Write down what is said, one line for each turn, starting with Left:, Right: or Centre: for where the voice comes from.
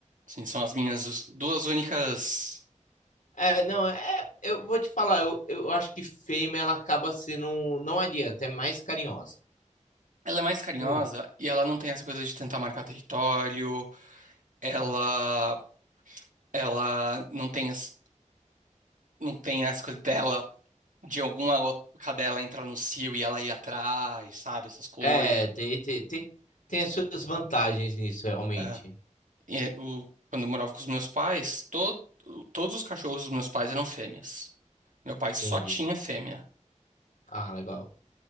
Right: Sim, são as minhas us- duas únicas.
Left: É, não, é, eu vou te falar, eu, eu acho que fêmea ela acaba sendo, não adianta, é mais carinhosa.
Right: Ela é mais carinhosa
Left: Muito.
Right: e ela não tem essa coisa de tentar marcar território. Ela, ela não tem, as- não tem essa coisa dela, de alguma outra cadela entrar no cio e ela ir atrás, sabe? Essas coisas.
Left: É, tem, tem, tem, tem as suas vantagens nisso, realmente.
Right: É, e o- quando eu morava com os meus pais, todo, todos os cachorros dos meus pais eram fêmeas. Meu pai só
Left: Entendi.
Right: tinha fêmea
Left: Ah, legal.